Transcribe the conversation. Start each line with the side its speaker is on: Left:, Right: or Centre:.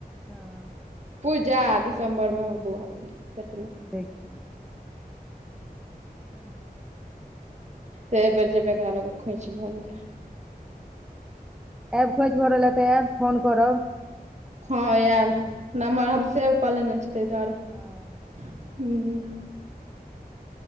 Centre: हँ
Right: पू जा दिसम्बर मे बौआ भेलै। पेट मे
Centre: देखियौ। ह।
Right: तऽ एहि बेेर जेबै, एकरा लक खोंच भरै ल।
Centre: आब खोज भरल ले तऽ आयब, फोन करब।
Right: हँ आयब, नम्बर हम सेव कऽ लेने छी ताहि दुआरे।
Centre: हँ
Right: हू।